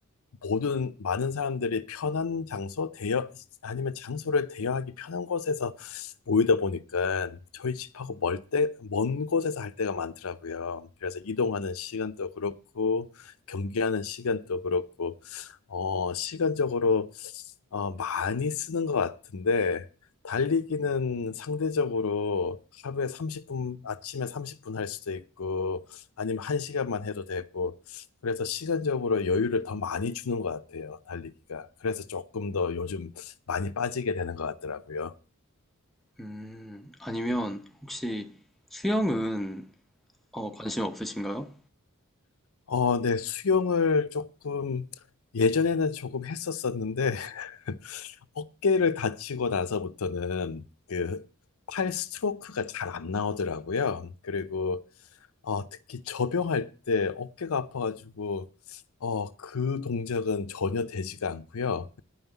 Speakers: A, on the left (about 70°); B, in the centre.
A: 모든 많은 사람들이 편한 장소, 대여, 아니면 장소를 대여하기 편한 곳에서 모이다 보니까 저희 집하고 멀 때, 먼 곳에서 할 때가 많더라고요. 그래서 이동하는 시간도 그렇고, 경기하는 시간도 그렇고, 어, 시간적으로, 어, 많이 쓰는 것 같은데, 달리기는 상대적으로 하루에 30분, 아침에 30분 할 수도 있고, 아니면 1시간만 해도 되고, 그래서 시간적으로 여유를 더 많이 주는 것 같아요, 달리기가. 그래서 조금 더 요즘 많이 빠지게 되는 것 같더라고요.
B: 음, 아니면 혹시 수영은 어, 관심 없으신가요?
A: 어, 네, 수영을 조금, 예전에는 조금 했었었는데, <laughs> 어깨를 다치고 나서부터는 그, 팔 스트로크가 잘 안 나오더라고요. 그리고, 어, 특히 접영할 때 어깨가 아파가지고, 어, 그 동작은 전혀 되지가 않고요.